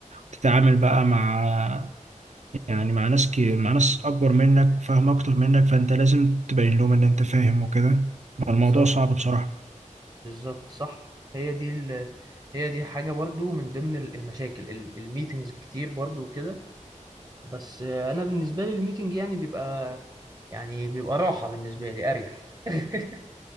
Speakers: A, on the right (about 60°); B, on the right (about 30°).
A: تتعامل بقى مع يعني مع ناس كي مع ناس أكبر منك وفاهم أكتر منك فأنت لازم تبين لهم إن أنت فاهم وكده
B: بالظبط
A: الموضوع صعب بصراحة
B: بالظبط صح هي دي ال... هي دي حاجة برضو من ضمن ال- المشاكل ال- الميتينجز الكتير برضو وكده بس آه، أنا بالنسبة لي الميتينج يعني بيبقى يعني بيبقى راحة بالنسبة لي أريح <laughs>